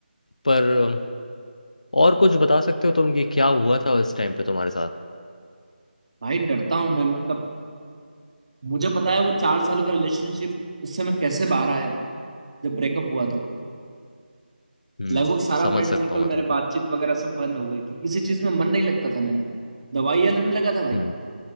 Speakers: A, on the left (about 40°); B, on the right (about 35°).
A: पर अम, और कुछ बता सकते हो तुम कि क्या हुआ था उस टाइम पे तुम्हारे साथ
B: भाई डरता हूँ मैं मतलब मुझे पता है वो चार साल का रिलेशनशिप उससे मैं कैसे बाहर आया जब ब्रेकअप हुआ तो
A: हम्म
B: लगभग सारा
A: समझ
B: फ्रेंड
A: सकता
B: सर्कल
A: हूँ मैं
B: मेरे
A: तुमको
B: बातचीत वगैरह सब बंद हो गई थी किसी चीज में मन नहीं लगता था मेरा दवाइयाँ लेने लगा था भाई
A: हम्म